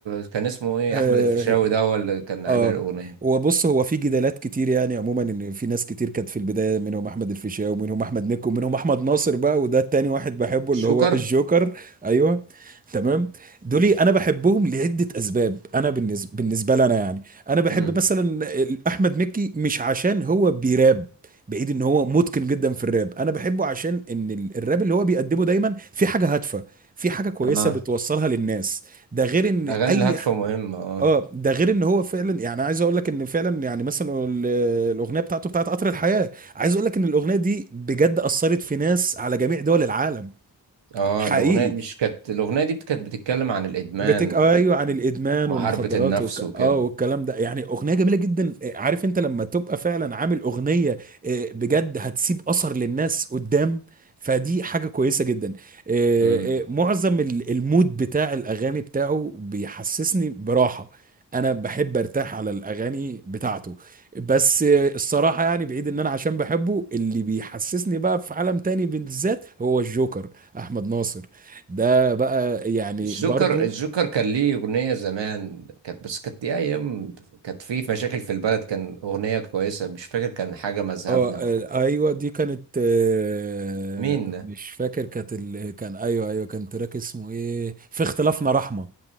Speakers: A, on the right (about 80°); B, on the right (about 20°).
A: كان اسمه ايه
B: آه،
A: احمد الفيشاوي ده هو اللي كان عامل
B: اه
A: الاغنيه
B: وبص هو في جدالات كتير يعني عموما ان في ناس كتير كانت في البدايه منهم احمد الفيشاوي ومنهم احمد مكي ومنهم احمد ناصر بقى وده التاني واحد بحبه
A: شكر
B: اللي هو الجوكر ايوه تمام دولي انا بحبهم لعده اسباب انا بالنسبه بالنسبه لنا يعني انا بحب
A: امم
B: مثلا احمد مكي مش عشان هو بيراب بعيد ان هو متقن جدا في الراب انا بحبه عشان ان ال- الراب اللي هو بيقدمه دايما في حاجه هادفه في حاجه كويسه
A: اه
B: بتوصلها للناس ده غير ان
A: الأغاني
B: اي
A: الهادفة مهمة اه
B: اه ده غير ان هو فعلا يعني عايز اقول لك ان فعلا يعني مثلا ال- الاغنيه بتاعته بتاعت قطر الحياه عايز اقول لك ان الاغنيه دي بجد اثرت في ناس على جميع دول العالم
A: اه
B: حقيقي
A: الأغنية مش كانت الأغنية دي كانت بتتكلم عن الإدمان
B: بتك آه، ايوه عن الادمان
A: ومحاربة
B: والمخدرات
A: النفس
B: وك...
A: وكده
B: اه والكلام ده يعني اغنيه جميله جدا آه، عارف انت لما تبقى فعلا عامل اغنيه آه، بجد هتسيب اثر للناس قدام فدي حاجه كويسه جدا آه،
A: مم.
B: آه، معظم ال- المود بتاع الاغاني بتاعه بيحسسني براحه انا بحب ارتاح على الاغاني بتاعته بس آه، الصراحه يعني بعيد ان انا عشان بحبه اللي بيحسسني بقى في عالم تاني بالذات هو الجوكر احمد ناصر ده بقى يعني
A: الجوكر
B: برضو
A: الجوكر كان ليه أغنية زمان كانت بس كانت دي أيام كانت في مشاكل في البلد كان أغنية كويسة مش فاكر كان حاجة مذهبنا
B: اه آه،
A: أو حاجة
B: ايوه دي كانت آه،
A: مين
B: مش
A: ده؟
B: فاكر كانت ال... كان ايوه ايوه كان تراك اسمه ايه في اختلافنا رحمة